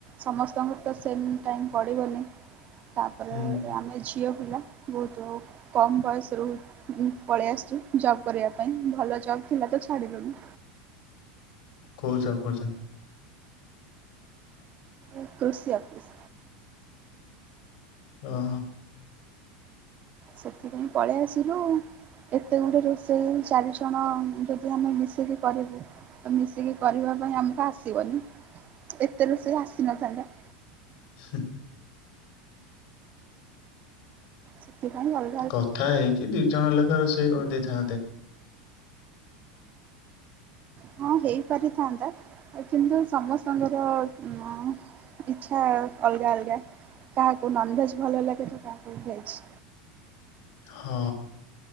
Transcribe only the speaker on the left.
ହୁଁ
କୋଉ ଜବ୍ କରୁଚନ୍ତି?
ଅହଁ।
<unintelligible>
କଥା ହେଇକି ଦି ଜଣ ଲେଖା ରୋଷେଇ କରିଦେଇଥାନ୍ତେ।
ହଁ।